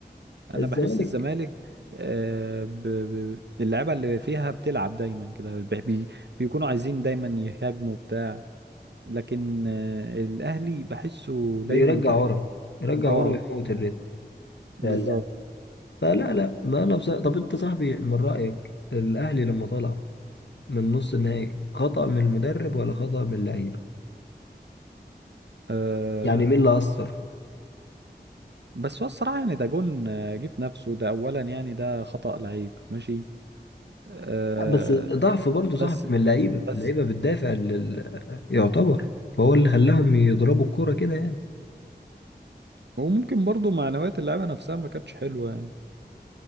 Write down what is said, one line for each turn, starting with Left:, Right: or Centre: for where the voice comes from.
Right: انا
Left: الزمالك
Right: بحس الزمالك آه، ب- ب- اللعيبة اللي فيها بتلعب دايما كده بي- بي- بيكونوا عايزين دايما يهاجموا بتاع لكن آه، الاهلي بحسه
Left: بيرجع
Right: دايما كده
Left: ورا
Right: إيه،
Left: يرجع
Right: اه
Left: ورا ويموت الريتم
Right: بالظبط
Left: لا لا فلا لا لا انا بصراحة طب انت صاحبي من رأيك الاهلي لما طلع من نص النهائي خطأ من المدرب ولا خطأ من اللعيبة
Right: أه
Left: يعني مين اللي أثر
Right: بس هو الصراحة يعني ده جون آه، جه في نفسه ده أولا يعني ده خطأ لعيب ماشي أه
Left: لا، بس ضعف برضه صاحبي
Right: بس
Left: من اللعيبة
Right: بس
Left: اللعيبة بتدافع لل... يعتبر فهو اللي خلاهم يضربوا الكرة كده يعني
Right: وممكن برضو معنويات اللعيبة نفسها ما كانتش حلوة يعني